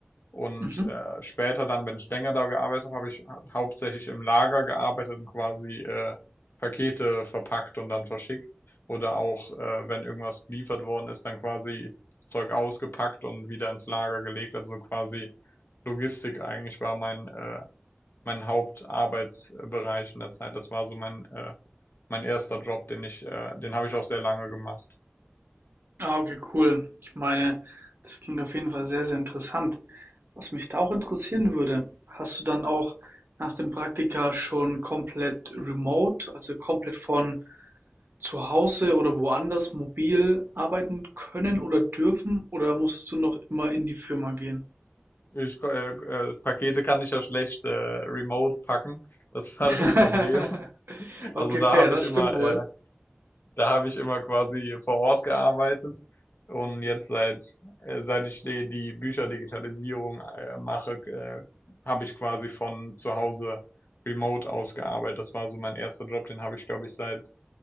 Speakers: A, on the left; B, on the right.
A: Und
B: Mhm.
A: äh, später dann, wenn ich länger da gearbeitet habe, habe ich ha- hauptsächlich im Lager gearbeitet und quasi äh, Pakete verpackt und dann verschickt. Oder auch, äh, wenn irgendwas geliefert worden ist, dann quasi das Zeug ausgepackt und wieder ins Lager gelegt. Also quasi Logistik eigentlich war mein, äh, mein Hauptarbeitsbereich in der Zeit. Das war so mein, äh, mein erster Job, den ich, äh, den habe ich auch sehr lange gemacht.
B: Ah, okay, cool. Ich meine, das klingt auf jeden Fall sehr, sehr interessant. Was mich da auch interessieren würde, hast du dann auch nach dem Praktika schon komplett remote, also komplett von zu Hause oder woanders mobil arbeiten können oder dürfen oder musstest du noch immer in die Firma gehen?
A: Ich, ko- äh, äh, Pakete kann ich ja schlecht äh, remote packen. Das war
B: <laughs>
A: das Problem.
B: Okay,
A: Also da
B: fair,
A: habe
B: das
A: ich immer,
B: stimmt wohl.
A: äh, da habe ich immer quasi vor Ort gearbeitet und jetzt seit äh, seit ich die, die Bücherdigitalisierung äh, mache, äh, habe ich quasi von zu Hause remote aus gearbeitet. Das war so mein erster Job, den habe ich glaube ich seit,